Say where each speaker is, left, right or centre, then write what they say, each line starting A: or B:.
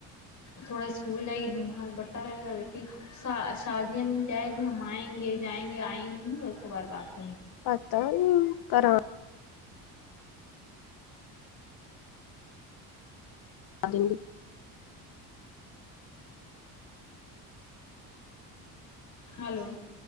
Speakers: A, on the left; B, on the left.
A: تھوڑا اسکول جائے گی دماغ ہاں بٹار ہے گا کہ ش شادیا میں کیا کہ ہم آئیں گے جائیں گے آئیں نہیں ایک ک بار بات کر
B: پتاا کر <unintelligible> ا گے
A: ہیلو